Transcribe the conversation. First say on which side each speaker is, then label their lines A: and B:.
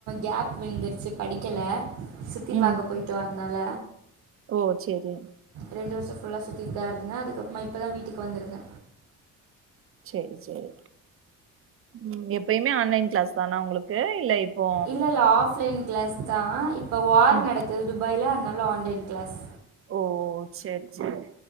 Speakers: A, on the right; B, on the right.
A: கேப் விழுந்துருச்சு படிக்கல சுத்தி
B: ம்.
A: பாக்க போய்ட்டோ அதனால
B: ஓ சேரி
A: ரெண்டு வருஷோ ஃபுல்லா சுத்திட் தா இருந்த அதுக்கப்பமா இப்ப தா வீட்டுக்கு வந்துருக்க
B: சேரி சரி ம் எப்பையுமே ஆன்லைன் க்ளஸ் தானா உங்களுக்கு இல்ல இப்போ
A: இல்ல இல்ல ஆஃப்லைன் க்ளஸ் தா இப்ப வார்
B: ம்.
A: நடக்கு துபாய்ல அதனால ஆன்லைன் க்ளஸ்
B: ஓ செர் செரி